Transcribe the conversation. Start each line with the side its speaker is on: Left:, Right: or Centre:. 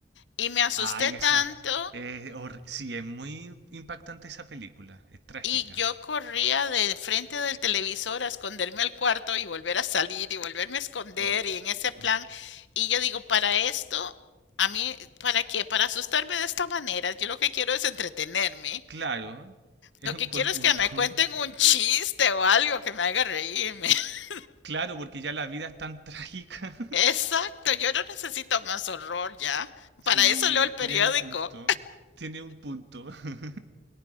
Left: Y me asusté
Right: Ay,
Left: tanto
Right: esa es. es horri- sí, es muy impactante esa película. Es trágica.
Left: Y yo corría de frente del televisor a esconderme al cuarto y volver a salir y volverme a esconder
Right: Oh,
Left: y en ese plan. Y yo digo, para esto, a mí, ¿para qué? Para asustarme de esta manera. Yo lo que quiero es entretenerme.
Right: claro, es
Left: Lo
Right: un
Left: que
Right: buen
Left: quiero
Right: punto.
Left: es que me
Right: <laughs>
Left: cuenten un chiste o algo que me haga reírme. <laughs>
Right: Claro, porque ya la vida es tan trágica.
Left: Exacto, yo no necesito más horror ya.
Right: <laughs> Sí,
Left: Para eso leo el periódico.
Right: tiene un punto. Tiene un punto. <laughs>